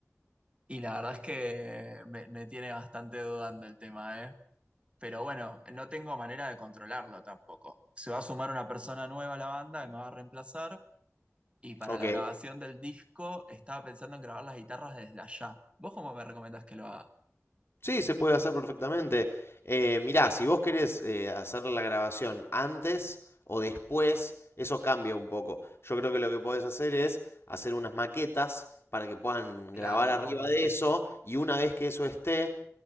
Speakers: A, on the right (about 20°); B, on the left (about 50°).
A: Y la verdad es que me, me tiene bastante dudando el tema, ¿eh? Pero bueno, no tengo manera de controlarlo tampoco. Se va a sumar una persona nueva a la banda que me va a reemplazar Y para
B: Ok.
A: la grabación del disco estaba pensando en grabar las guitarras desde allá. ¿Vos cómo me recomendás que lo haga?
B: Sí, se puede hacer perfectamente. Eh, mirá, si vos querés eh, hacer la grabación antes o después, eso cambia un poco. Yo creo que lo que podés hacer es hacer unas maquetas para que puedan grabar
A: Claro,
B: arriba de eso y una vez que eso esté,